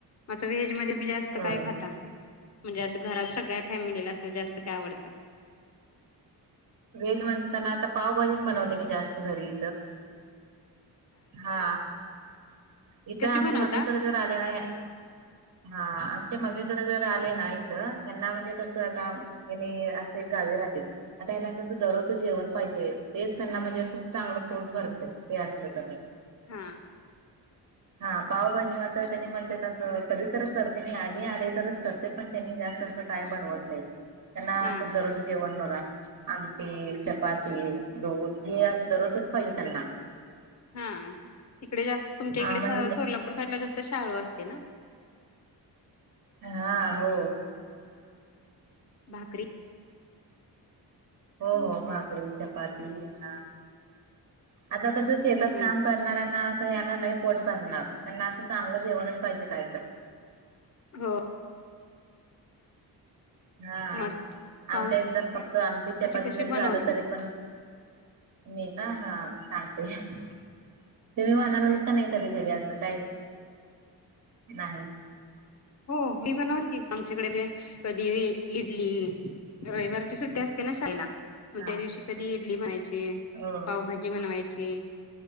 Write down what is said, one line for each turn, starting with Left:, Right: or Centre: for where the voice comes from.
Left: असं व्हेज मध्ये जास्त जात
Right: होय
Left: काय खाता म्हणजे अस घरात सगळ्या फॅमिलीला अस जास्त काय आवडत?
Right: वेज म्हणताना आता पावभाजीच बनवते मी जास्त घरी. हा इथं
Left: कशी
Right: आमच्या
Left: बनवता
Right: मम्मीकडे जर आले ना हा आमच्या मम्मी कडे जर आले ना. हना म्हणजे कसं आता ह असे गावी राहतील. आता यांना कसं दररोजं जेवण पाहिजे तेच त्यांना म्हणजे असं चांगलं पोट भरते ते असलं तर
Left: हा
Right: हा पावभाजी मात्र त्यांनी म्हणते त अससं कधीत करते मी मी आले तरच करते. त्यांनी जास्त अस का बनवत नाही त्यां
Left: हा
Right: दररोज जेवण बघा आमटी, चपाती, दूध हे असं दररोजच पाहिजे त्यांना.
Left: हा तिकडे जास्त तुमच्या
Right: हा
Left: इकडे
Right: म्हणजे
Left: सोलापूर साईडला जास्त शालु असते ना?
Right: हा हो.
Left: भाकरी
Right: हो हो भाकरी, चपाती येणार आता कसं शेतात
Left: हम्म
Right: काम करणारना अस यांना नाही पोट भरणार त्यांना अस चांगलं जेवणच पाहिजे काय तर.
Left: हो.
Right: हा
Left: मस्त पावभाजी
Right: आमच्या इथर फक्त आमची चपाती
Left: कशी
Right: जरी
Left: बनवते
Right: झालं तरी पण मी का हा सांगते तुम्ही म्हनाला का नाही कधी करी असं काही नाही.
Left: हो मी बनव की आमच्याकडे जे कधी इडली रविवारची सुट्टी असते ना त्यांना. मग
Right: हा
Left: त्या दिवशी कधी इडली बनायची
Right: हो
Left: पावभाजी बनवायची.